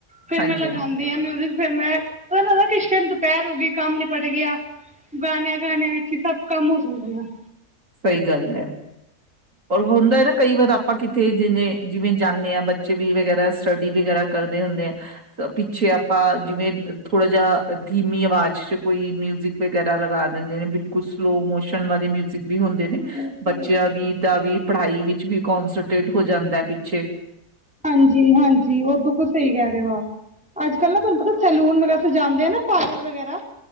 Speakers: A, in the centre; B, on the right.
A: ਫੇਰ
B: ਹਾਂਜੀ
A: ਮੈਂ ਲਗਾਉਂਦੀ
B: ਹਾਂਜੀ
A: ਹਾਂ ਮਿਊਜ਼ਿਕ ਫੇਰ ਮੈਂ ਮੈਂਨੂੰ ਲੱਗਦਾ ਕਿ? ਜਿਵੇਂ ਦੁਪਹਿਰ ਹੋ ਗਈ ਕੰਮ ਨਿਪਟ ਗਿਆ ਗਾਣਿਆਂ ਗਾਣਿਆਂ ਵਿੱਚ ਹੀ ਸਭ। ਕੰਮ ਹੋ ਜਾਂਦੇ ਨੇ ।
B: ਸਹੀ ਗੱਲ ਐ । ਪਰ ਹੁੰਦਾ ਹੈ ਨਾ ਕਈ ਵਾਰ ਆਪਾਂ। ਆਪਾਂ ਕਿੱਥੇ ਜਿਨੇ ਜਿਵੇਂ ਜਾਂਦੇ ਹਾਂ ਬੱਚੇ ਵੀ ਵਗ਼ੈਰਾ ਸਟੱਡੀ ਵਗੈਰਾ ਕਰਦੇ ਹੁੰਦੇ ਆ ਪਿੱਛੇ ਆਪਾਂ ਜਿਵੇਂ ਥੋੜਾ ਜਾ ਧੀਮੀ ਅਵਾਜ਼ 'ਚ ਕੋਈ ਮਿਊਜਿਕ ਵਗੈਰਾ ਲਗਾ ਦਿੰਦੇ ਨੇ ਬਿਲਕੁਲ ਸਲੋ ਮੋਸ਼ਨ ਵਾਲੇ । ਵੀ ਹੁੰਦੇ ਨੇ
A: ਹਾਂਜੀ
B: ਬੱਚਿਆਂ ਦੀ ਦਾ ਵੀ। ਪੜ੍ਹਾਈ ਵਿੱਚ ਵੀ ਕੋਂਨਸਟਰੇੇਟ ਹੋ ਜਾਂਦਾ ਹੈ। ਪਿੱਛੇ?
A: ਹਾਂਜੀ ਹਾਂਜੀ ਉਹ ਬਿਲਕੁਲ ਸਹੀ ਕਹਿ ਰਹੇ ਹੋ ਆਪ। ਅੱਜ ਕੱਲ੍ਹ ਨਾ ਤੁਹਾਨੂੰ ਪਤਾ ਸੈਲੂਨ ਵਗੈਰਾ। ਤੁਸੀਂ ਜਾਂਦੇ ਉਹ ਨਾ ਪਾਰਲਰ ਵਗੈਰਾ।